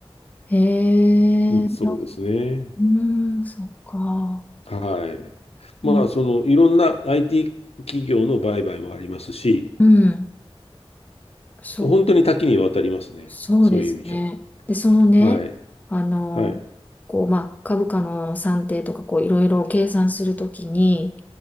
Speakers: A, on the left; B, on the left.
A: へえ、
B: うんそうですね。
A: なうん、そっか。
B: はい。まあ、
A: うん、
B: その、いろんな IT 企業の売買もありますし、
A: うんそっ
B: 本当に多岐にわたりますね。
A: そうですね。
B: そういう意味じゃ。
A: で、そのね、
B: はい。
A: あの、
B: はい。
A: こう、まあ、株価の算定とか、こう、いろいろ計算するときに、